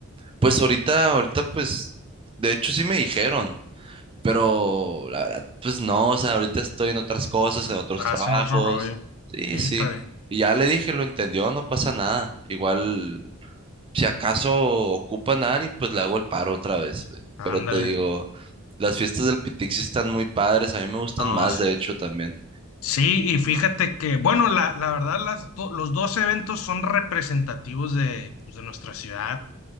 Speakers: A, on the right; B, on the left.
A: Pues ahorita, ahorita pues, de hecho sí me dijeron. Pero la verdad, pues no, o sea, ahorita estoy en otras cosas, en otros
B: hacen
A: trabajos.
B: otro rollo.
A: Sí,
B: Sí,
A: sí.
B: está bien.
A: Y ya le dije, lo entendió, no pasa nada. Igual, si acaso ocupan a alguien, pues le hago el paro otra vez. pues.
B: Ándale.
A: Pero te digo, las fiestas del Pitixi están muy padres, a mí me gustan
B: No,
A: más, de
B: sí.
A: hecho, también.
B: Sí, y fíjate que, bueno, la, la verdad, las do- los dos eventos son representativos de, pues, de nuestra ciudad,